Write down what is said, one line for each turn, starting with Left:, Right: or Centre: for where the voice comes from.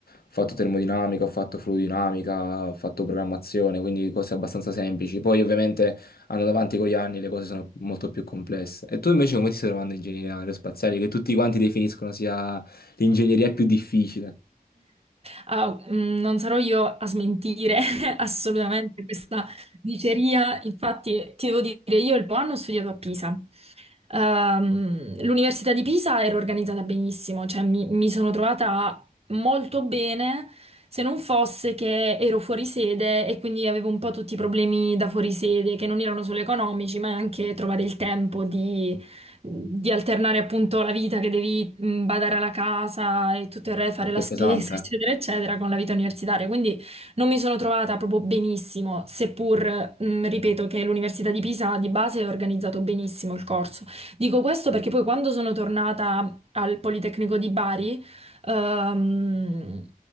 Left: fatto termodinamica, ho fatto fluidinamica, ho fatto programmazione, quindi cose abbastanza semplici. Poi ovviamente andando avanti con gli anni le cose sono molto più complesse. E tu invece come ti stai trovando in ingegneria aerospaziale, che tutti quanti definiscono sia l'ingegneria più difficile?
Right: Ah, mm, non sarò io a smentire <laughs> assolutamente questa diceria, infatti ti devo dire, io il primo anno ho studiato a Pisa. Ehm, l'Università di Pisa era organizzata benissimo, cioè mi, mi sono trovata molto bene, se non fosse che ero fuori sede e quindi avevo un po' tutti i problemi da fuori sede, che non erano solo economici, ma anche trovare il tempo di, di alternare appunto la vita che devi mh, badare alla casa e tutto il re, fare
Left: Perché
Right: la spesa,
Left: è pesante.
Right: <laughs> eccetera,
Left: eh?
Right: eccetera, con la vita universitaria. Quindi non mi sono trovata proprio benissimo, seppur, mh, ripeto, che l'Università di Pisa di base è organizzato benissimo il corso. Dico questo perché poi quando sono tornata al Politecnico di Bari, ehm,